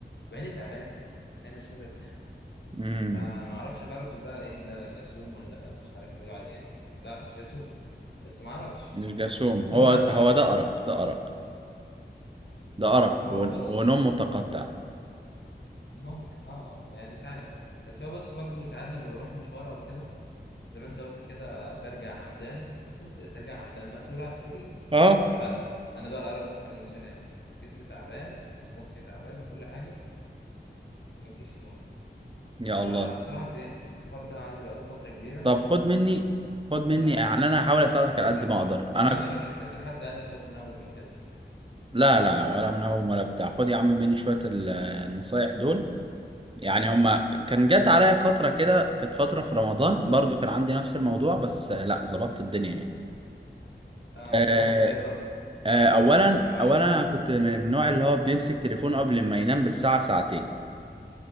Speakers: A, on the left (about 70°); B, on the right (about 30°).
A: وعيني تعبانه بس عيني مش راضيه تنام
B: مم.
A: فمعرفش برضه ده ايه ده جاسوم ولا مش عارف بيقولوا عليه ايه لا مش جاسوم بس معرفش
B: مش جاسوم
A: خصوصا
B: هو
A: بقى
B: هو ده أرق ده أرق ده
A: آه
B: أرق
A: هو
B: ون-
A: بص
B: ونوم متقطع
A: ممكن اه آه، يعني ساعات بس هو بص برضو ساعات لما بروح مشوار او كده زي ما انت قلت كده برجع همدان المفروض ترجع همدان مقتول على السرير
B: اه
A: لا انا بقى الارق ما خلانيش انام جسمي تعبان ومخي تعبان وكل حاجه ومفيش نوم
B: يا
A: فبصراحه
B: الله
A: زهقت الحوار ده عندي بقاله فتره كبيره
B: طب خد مني خد مني
A: فانا
B: يعني أنا هحاول أساعدك على قد
A: ك...
B: ما أقدر
A: انا
B: أنا
A: عايز اقول لك ان كذا حد قال لي خد منوم وكده
B: لا لا ولا منهوم ولا بتاع خد يا عم مني شوية ال- النصايح دول يعني هما كان جات عليا فترة كده كانت فترة في رمضان برضو كان عندي نفس الموضوع بس آه، لا ظبطت الدنيا يعني
A: اه
B: آه،
A: ظبطت ازاي بقى
B: آه، أولا
A: عشان انا بعاني
B: أولا أنا كنت من النوع اللي هو بيمسك تليفونه قبل ما ينام بالساعة ساعتين